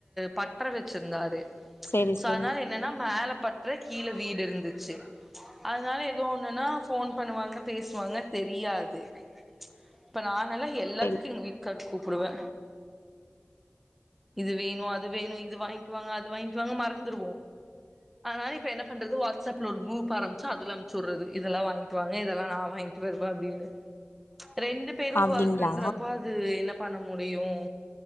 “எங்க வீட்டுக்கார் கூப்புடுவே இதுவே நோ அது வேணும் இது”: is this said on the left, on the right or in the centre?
Centre